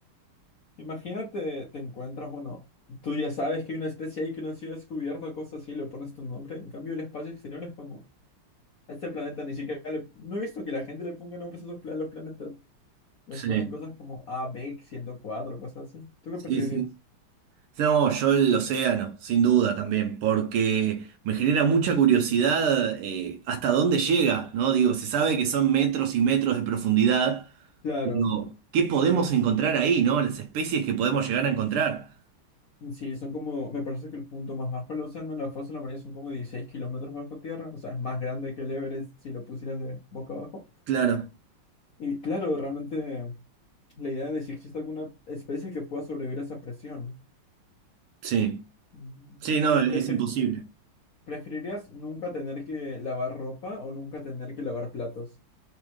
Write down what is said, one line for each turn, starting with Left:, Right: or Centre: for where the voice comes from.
Left: Imagínate, te encuentras, bueno, tú ya sabes que hay una especie ahí que no ha sido descubierta, cosas así, le pones tu nombre. En cambio, el espacio exterior es como, a este planeta ni siquiera le... No he visto que la gente le ponga nombres a sus pla- los planetas. Les
Right: Sí,
Left: ponen cosas como A, B, 104 cosas así. ¿Tú qué preferirías?
Right: sí, sí. No, yo el océano, sin duda también, porque me genera mucha curiosidad eh, hasta dónde llega, ¿no? Digo, se sabe que son metros y metros de profundidad.
Left: Claro.
Right: Pero, ¿qué podemos encontrar ahí, no? Las especies que podemos llegar a encontrar.
Left: Sí, son como, me parece que el punto más bajo del océano en la fosa de la María son como 16 kilómetros bajo tierra, o sea, es más grande que el Everest si lo pusieras de boca abajo.
Right: Claro,
Left: Y claro, realmente la idea de si existe alguna especie que pueda sobrevivir a esa presión.
Right: sí.
Left: Mm,
Right: Sí, no,
Left: Ok,
Right: es
Left: prefer-
Right: imposible.
Left: ¿preferirías nunca tener que lavar ropa o nunca tener que lavar platos?